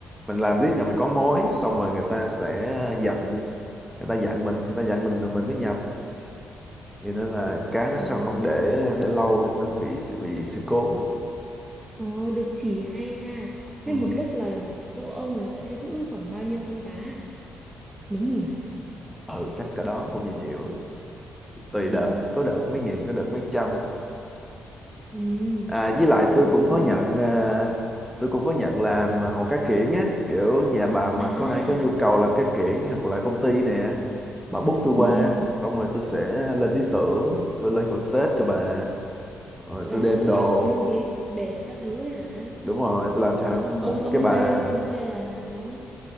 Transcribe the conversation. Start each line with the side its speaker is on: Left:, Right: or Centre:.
Centre: mình làm riết là mình có mối xong rồi người ta sẽ dặn người ta dặn mình người ta dặn mình rồi mình mới nhập thì nên là cá nó
Right: Trời
Centre: sao
Right: ơi.
Centre: không để để lâu thì nó bị bị sự cố
Right: Ồ, được chỉ hay ha. Thế
Centre: ừ,
Right: một lúc là chỗ ông là sẽ giữ khoảng bao nhiêu con cá? Mấy nghìn à?
Centre: ừ chắc cái đó cũng nhiều nhiều tùy
Right: Ồ.
Centre: đợt có đợt mấy nghìn có đợt mấy trăm
Right: Ừ.
Centre: À, với lại
Right: Vậy
Centre: tôi cũng
Right: đồng
Centre: có nhận à, tôi cũng có nhận làm hồ cá kiển á kiểu nhà bà mà
Right: à
Centre: có ai có nhu cầu làm cá kiển hoặc là công ty nè bà book tôi qua
Right: ừ ừ
Centre: xong rồi tôi sẽ lên ý tưởng tôi lên concept cho bà rồi
Right: là
Centre: tôi đem
Right: làm
Centre: đồ
Right: luôn cái bể các thứ hả?
Centre: đúng rồi tôi làm cho
Right: Ồ,
Centre: hẳn
Right: ông
Centre: một
Right: ông
Centre: cái bà
Right: xây luôn hay là đó?